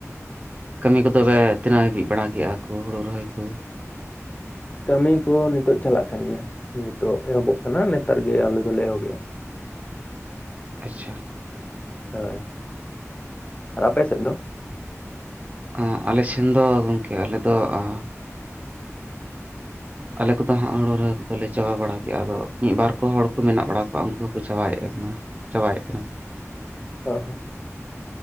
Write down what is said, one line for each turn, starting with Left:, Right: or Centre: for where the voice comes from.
Right: ᱠᱟᱹᱢᱤ ᱠᱚᱫᱚ ᱵᱮ ᱛᱤᱱᱟᱹᱜ ᱦᱟᱹᱵᱤᱡ ᱵᱟᱲᱟ ᱠᱮᱜᱼᱟ ᱠᱚ ᱦᱳᱲᱳ ᱨᱚᱦᱚᱭ ᱠᱚ?
Left: ᱠᱟᱹᱢᱤ ᱠᱚ ᱱᱤᱛᱳᱜ ᱪᱟᱞᱟᱜ ᱠᱟᱱ ᱜᱮᱭᱟ᱾ ᱱᱤᱛᱳᱜ ᱮᱦᱚᱵᱚᱜ ᱠᱟᱱᱟ ᱱᱮᱛᱟᱨ ᱜᱮ ᱟᱞᱮ ᱫᱚᱞᱮ ᱮᱦᱚᱵᱮᱜᱼᱟ᱾
Right: ᱟᱪᱪᱷᱟ᱾
Left: ᱦᱳᱭ, ᱟᱨ ᱟᱯᱮ ᱥᱮᱫ ᱫᱚ?
Right: ᱚᱸᱻ ᱟᱞᱮ ᱥᱮᱱ ᱫᱚ ᱜᱚᱝᱠᱮ ᱟᱞᱮ ᱫᱚ ᱚᱻ ᱟᱞᱮ ᱠᱚᱫᱚ ᱦᱟᱸᱜ ᱦᱳᱲᱳ ᱨᱚᱦᱚᱭ ᱠᱚᱫᱚ ᱞᱮ ᱪᱟᱵᱟ ᱵᱟᱲᱟ ᱠᱮᱜᱼᱟ ᱟᱫᱚ ᱢᱤᱫ ᱵᱟᱨ ᱠᱚ ᱦᱚᱲ ᱠᱚ ᱢᱮᱱᱟᱜ ᱵᱟᱲᱟ ᱠᱚᱣᱟ ᱩᱱᱠᱩ ᱦᱚᱸᱠᱚ ᱪᱟᱵᱟᱭᱮᱫ ᱠᱟᱱᱟ ᱾ ᱪᱟᱵᱟᱭᱮᱫ ᱠᱟᱱᱟ ᱠᱚ ᱾
Left: ᱚ ᱦᱚᱸ ᱾